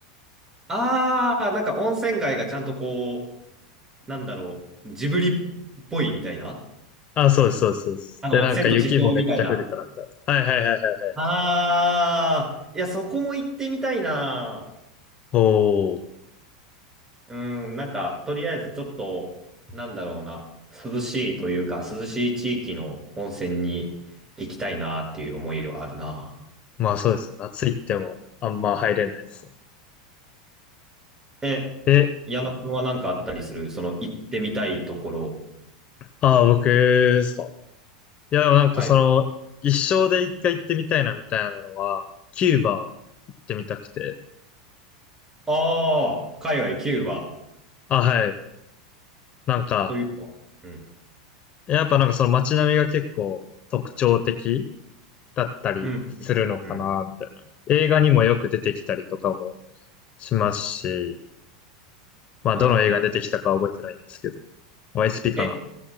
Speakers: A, on the right; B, on the left.
A: ああ、なんか温泉街がちゃんとこう、なんだろう、ジブリっぽいみたいな
B: な。あ、そうですそうですそうです。
A: あの、
B: で、なんか雪もめっちゃ降るからみたいな。
A: 千と千尋みたいな。
B: はいはいはいはいはい。
A: あー、いや、そこも行ってみたいな。
B: おー。
A: うん、なんか、とりあえずちょっと、なんだろうな、涼しいというか、涼しい地域の温泉に行きたいなっていう思いはあるな。
B: まあそうですね。夏行ってもあんま入れないですね。
A: え、
B: で、
A: 矢野くんはなんかあったりする、その行ってみたいところ。
B: ああ、僕ですか。いや、でもなんかその、
A: はい。
B: 一生で一回行ってみたいなみたいなのは、キューバ行ってみたくて。
A: あー、海外キューバ
B: あ、はい。なんか、
A: というと。うん、
B: やっぱなんかその街並みが結構特徴的だったりするのかな、
A: うん、うん。
B: みたいな。映画にもよく出てきたりとかもしますし、まあどの映画に出てきたかは覚えてないんですけど、
A: うーん。
B: YSP かな。
A: え、